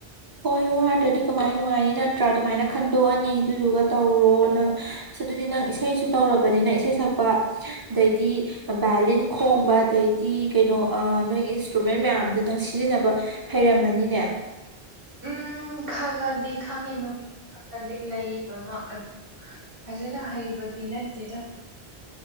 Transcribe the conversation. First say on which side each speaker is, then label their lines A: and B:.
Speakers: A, on the right (about 30°); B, on the right (about 60°).
A: ꯍꯣꯏ ꯋꯥꯗ꯭ꯔꯗꯤ ꯀꯃꯥꯏ ꯅꯨꯡꯉꯥꯏꯅꯤ ꯅꯠꯇ꯭ꯔꯥ ꯑꯗꯨꯃꯥꯏꯅ ꯈꯟꯗꯣꯛꯑꯅꯤ ꯑꯗꯨꯗꯨꯒ ꯇꯧꯔꯣ ꯅꯪ ꯑꯁ ꯑꯗꯨꯗꯤ ꯅꯪ ꯏꯁꯩꯁꯨ ꯇꯧꯔꯕꯅꯤꯅ ꯏꯁꯩ ꯁꯛꯄ ꯑꯗꯩꯗꯤ ꯚꯥꯏꯂꯤꯟ ꯈꯣꯡꯕ ꯑꯗꯩ ꯇꯤ ꯀꯩꯅꯣ ꯅꯣꯏꯒꯤ ꯏꯟꯁꯇ꯭ꯔꯨꯃꯦꯟ ꯃꯌꯥꯝꯗꯨꯣ ꯅꯪ ꯁꯤꯖꯤꯟꯅꯕ ꯍꯩꯔꯝꯃꯅꯤꯅꯦ
B: ꯎꯝ ꯈꯗꯤꯛ ꯍꯪꯉꯦ ꯅꯣꯔꯤ ꯗꯤ ꯂꯩꯌꯦꯕ ꯑꯃ ꯐꯖꯅ ꯍꯩꯕꯗꯤ ꯅꯠꯇꯦꯗ